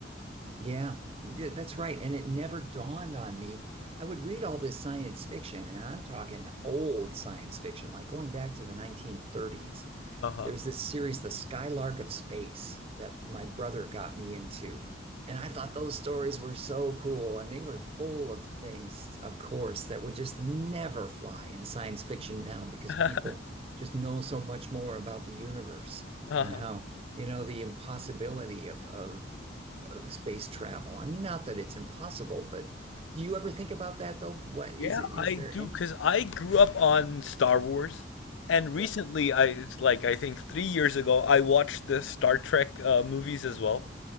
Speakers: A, on the right; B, on the left.
A: Yeah, th- that's right. And it never dawned on me. I would read all this science fiction, and I'm talking old science fiction, like going back to the 1930s.
B: Uh-huh.
A: There's this series, The Skylark of Space, that my brother got me into. And I thought those stories were so cool. And they were full of things, of course, that would just never fly in science fiction now because
B: <laughs>
A: people just know so much more about the universe
B: Uh-huh.
A: and how, you know, the impossibility of, of, of space travel. I mean, not that it's impossible, but do you ever think about that though? What is
B: Yeah,
A: it? Is
B: I
A: there
B: do,
A: any?
B: 'cause I grew up on Star Wars, and recently,
A: Yeah.
B: I it's like I think three years ago, I watched the Star Trek uh, movies as well.